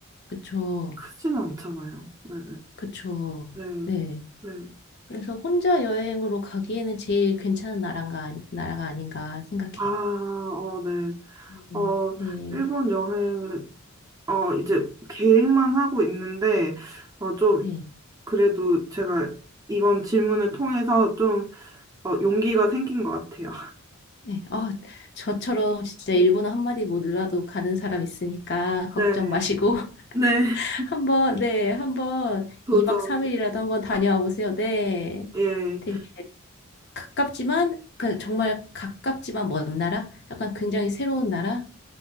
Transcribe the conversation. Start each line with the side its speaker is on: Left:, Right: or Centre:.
Left: 그쵸.
Right: 크진 않잖아요. 네,
Left: 그쵸.
Right: 네, 네.
Left: 네.
Right: 네.
Left: 그래서 혼자 여행으로 가기에는 제일 괜찮은 나라가, 아니- 나라가 아닌가 생각해요.
Right: 아, 어, 네.
Left: 네.
Right: 어,
Left: 네.
Right: 일본 여행, 어, 이제 계획만 하고 있는데, 어, 좀,
Left: 네.
Right: 그래도 제가 이번 질문을 통해서 좀, 어, 용기가 생긴 것 같아요.
Left: 네. 어, 저처럼 진짜
Right: <laughs>
Left: 일본어 한마디 몰라도 가는 사람 있으니까
Right: 네,
Left: 걱정 마시고 <laughs>
Right: 네,
Left: 한번 네, 한번
Right: 도전,
Left: 2박 3일이라도 한번 다녀와 보세요. 네.
Right: 예.
Left: 되게 가깝지만 그 정말 가깝지만 먼 나라? 약간 굉장히 새로운 나라?